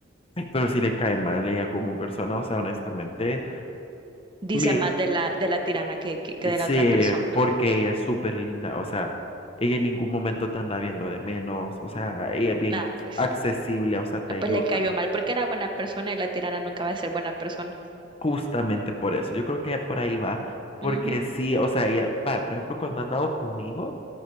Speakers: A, on the left; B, on the right.
A: Pero si le cae mal ella como persona, o sea, honestamente,
B: Dice
A: mi
B: más de la, de la tirana que, que, que de
A: Sí,
B: la otra persona.
A: porque ella es súper linda, o sea, ella en ningún momento te anda viendo de menos, o sea, ella es bien
B: Nada, pues,
A: accesible, o sea, te
B: ah, pues
A: ayuda,
B: le cayó mal porque era buena persona y la tirana nunca va a ser buena persona.
A: justamente por eso. Yo creo que por ahí va, porque
B: Ujú.
A: sí, o sea, ella, va, por ejemplo, cuando ha andado conmigo.